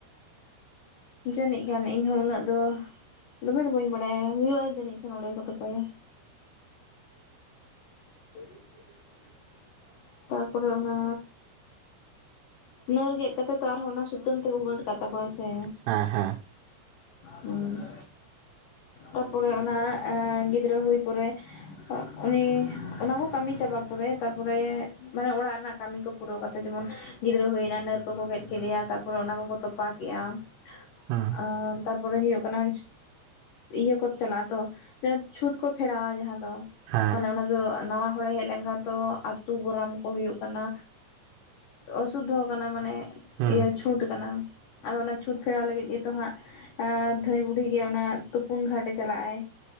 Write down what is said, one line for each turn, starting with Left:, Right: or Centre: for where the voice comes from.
Left: ᱡᱟᱹᱱᱤᱡ ᱠᱷᱟᱱ ᱤᱧ ᱦᱚᱸ ᱩᱱᱟᱹᱜ ᱫᱚ ᱫᱚᱢᱮ ᱫᱚ ᱵᱟᱹᱧ ᱵᱟᱲᱟᱭᱟ, ᱦᱩᱭᱩᱜ-ᱟ, ᱡᱟᱹᱱᱤᱡ ᱠᱷᱟᱱ ᱚᱸᱰᱮ ᱜᱮᱠᱚ ᱛᱚᱯᱟᱭᱟ᱾ <inaudible> ᱛᱟᱨᱯᱚᱨᱮ ᱚᱱᱟ ᱱᱟᱹᱨ ᱜᱮᱫ ᱠᱟᱛᱮᱜ ᱛᱚ ᱟᱨᱦᱚᱸ ᱚᱱᱟ ᱥᱩᱛᱟᱹᱢ ᱛᱮᱠᱚ ᱜᱟᱹᱴ ᱠᱟᱜ ᱛᱟᱠᱚᱣᱟ ᱥᱮ
Right: ᱦᱚᱸ ᱦᱮᱸ
Left: ᱦᱮᱸ ᱛᱟᱨᱯᱚᱨᱮ ᱚᱱᱟ ᱮᱸ ᱜᱤᱫᱽᱨᱟᱹ ᱦᱩᱭ ᱯᱚᱨᱮ ᱩᱱᱤ ᱚᱱᱟ ᱠᱚ ᱠᱟᱹᱢᱤ ᱪᱟᱵᱟ ᱯᱚᱨᱮ ᱛᱟᱨᱯᱚᱨᱮ ᱢᱟᱱᱮ ᱚᱲᱟᱜ ᱨᱮᱱᱟᱜ ᱠᱟᱹᱢᱤ ᱠᱚ ᱯᱩᱨᱟᱹᱣ ᱠᱟᱛᱮ ᱡᱮᱢᱚᱱ ᱜᱤᱫᱽᱨᱟᱹ ᱦᱩᱭᱱᱟᱭ ᱱᱟᱹᱨ ᱠᱚᱠᱚ ᱜᱮᱫ ᱠᱮᱫᱮᱭᱟ ᱛᱟᱯᱚᱨᱮ ᱚᱱᱟ ᱠᱚᱠᱚ ᱛᱚᱯᱟ ᱠᱮᱫᱼᱟ
Right: ᱦᱩᱸ
Left: ᱟᱨ ᱛᱟᱨᱯᱚᱨᱮ ᱦᱩᱭᱩᱜᱜ ᱠᱟᱱᱟ ᱤᱭᱟᱹ ᱠᱚ ᱪᱟᱞᱟᱜᱼᱟ ᱛᱚ ᱪᱷᱩᱸᱛ ᱠᱚ ᱯᱷᱮᱰᱟᱣᱟ ᱡᱟᱸᱦᱟᱸ ᱫᱚ᱾
Right: ᱦᱮᱸ
Left: ᱢᱟᱱᱮ ᱚᱱᱟ ᱫᱚ ᱱᱟᱣᱟ ᱦᱚᱲᱮ ᱦᱮᱡ ᱞᱮᱱᱠᱷᱟᱱ ᱛᱚ ᱟᱹᱛᱩ ᱜᱚᱨᱟᱢ ᱠᱚ ᱦᱩᱭᱩᱜ ᱠᱟᱱᱟ ᱚᱥᱩᱫᱽᱫᱷᱚ ᱠᱟᱱᱟ ᱢᱟᱱᱮ
Right: ᱦᱩᱸ
Left: ᱤᱭᱟᱹ ᱪᱷᱩᱸᱛ ᱠᱟᱱᱟ ᱟᱫᱚ ᱚᱱᱟ ᱪᱷᱩᱸᱛ ᱯᱷᱮᱨᱟᱣ ᱞᱟᱹᱜᱤᱫ ᱜᱮᱛᱚ ᱦᱟᱸᱜ ᱫᱷᱟᱹᱭ ᱵᱩᱰᱦᱤ ᱜᱮ ᱚᱱᱟ ᱛᱩᱯᱩᱱ ᱜᱷᱟᱴ ᱮ ᱪᱟᱞᱟᱜ ᱟᱭ